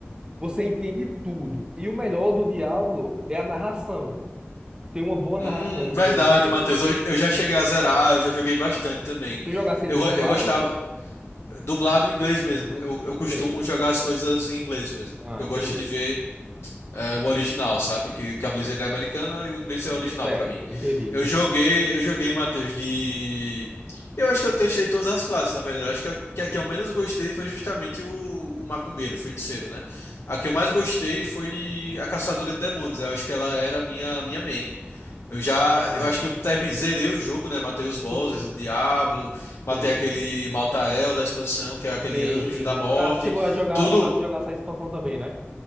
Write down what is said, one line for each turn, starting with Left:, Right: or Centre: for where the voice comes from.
Right: Você entende tudo. E o melhor do Diablo é a narração. Tem uma boa
Left: Hum,
Right: narração o
Left: verdade,
Right: jogo inteiro.
Left: Matheus. Eu, eu já cheguei a zerar, eu já joguei bastante também.
Right: Se tu jogasse ele
Left: Eu,
Right: dublado,
Left: go- eu gostava. Dublado em inglês mesmo. Eu, eu costumo
Right: sei.
Left: jogar as coisas em inglês mesmo.
Right: Ah,
Left: Eu
Right: entendi.
Left: gosto de ver. é, o original, sabe? Que, que a Blizzard é americana e o inglês é original
Right: Certo,
Left: pra mim.
Right: entendi,
Left: Eu
Right: entendi.
Left: joguei, eu joguei, Matheus, de. Eu acho que eu testei todas as classes, na verdade. Eu Acho que a, que a que eu menos gostei foi justamente o, o macumbeiro, o feiticeiro, né? A que eu mais gostei foi a caçadora de demônios. Eu acho que ela era a minha, minha main. Eu já,
Right: Ah,
Left: eu acho que eu termi- zerei o jogo, né? Matei os bosses,
Right: tu.
Left: o Diablo, matei
Right: Entendi.
Left: aquele Maltael da expansão, que é aquele
Right: Sim,
Left: anjo
Right: sim,
Left: da
Right: sim.
Left: morte.
Right: Ah, tu chegou a jogar,
Left: Tudo,
Right: no caso, tu jogar essa expansão também, né?